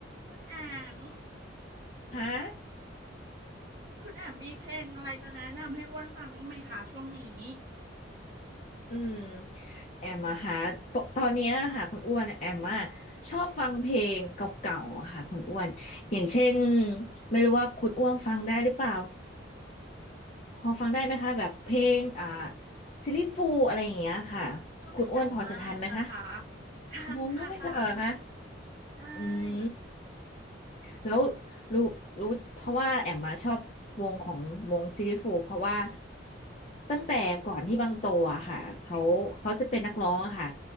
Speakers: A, on the right (about 35°); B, on the left (about 35°).
A: คุณแอม
B: ฮะ
A: คุณแอมมีเพลงอะไรจะแนะนำให้อ้วนฟังบ้างไหมคะช่วงนี้
B: อืมแอมอะค่ะปกตอนเนี้ยค่ะคุณอ้วนแอมอะชอบฟังเพลงเก่าๆอะค่ะคุณอ้วน อย่างเช่นไม่รู้ว่าคุณอ้วนฟังได้หรือเปล่าพอฟังได้ไหมคะแบบเพลงอ่าซิลลี่ฟูลอะไรอย่างเงี้ยค่ะ
A: ก็ไม่เก่ามากนะคะ
B: คุณอ้วนพอจะทันไหมคะ
A: ทันค่ะทัน
B: งงก็ไม่เจอเหรอคะ
A: ใช่
B: อืม แล้วรู้รู้เพราะว่าแอมมาชอบวงของวงซีรีสฟูเพราะว่าตั้งแต่ก่อนที่บางโตอะค่ะเขาเขาจะเป็นนักร้องอะค่ะ